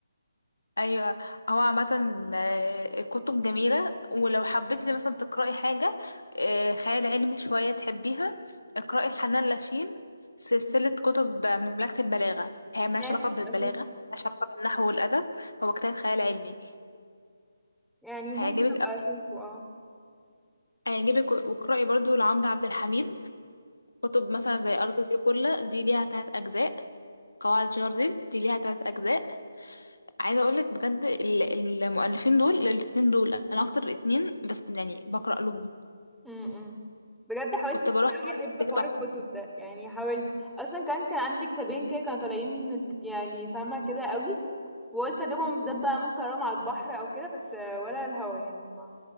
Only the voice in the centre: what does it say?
ماشي
هبقى اشوف
يعني ممكن
ابقى
اشوفه اه
امم بجد حاولت
كتير
قوي احب
حوار
الكتب ده يعني حاولت اصلا كان كان عندي كتابين كده كانوا طالعين يعني فاهمة كده قوي وقلت اجيبهم بالذات بقى ممكن اقراهم على البحر او كده بس آه، ولا الهوا يعني ما